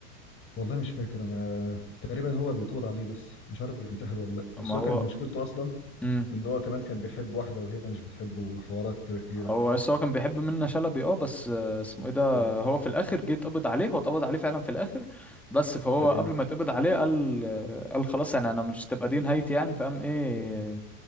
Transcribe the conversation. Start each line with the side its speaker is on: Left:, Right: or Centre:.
Left: والله مش فاكر انا تقريبا هو بيتقبض عليه بس مش عارف بينتحر ولا لا بس
Centre: ما
Left: هو
Centre: هو
Left: كانت مشكلته اصلا
Centre: امم
Left: ان هو كمان كان بيحب واحده وهي مش بتحبه وحوارات كده كتيره
Centre: هو بس هو كان بيحب منة شلبي اه بس آه، اسمه ايه ده
Left: اه
Centre: هو في الاخر جه اتقبض عليه هو اتقبض عليه فعلا في الاخر بس فهو
Left: ايوه
Centre: قبل ما اتقبض عليه قال آه، قال خلاص يعني انا مش تبقى دي نهايتي يعني فقام ايه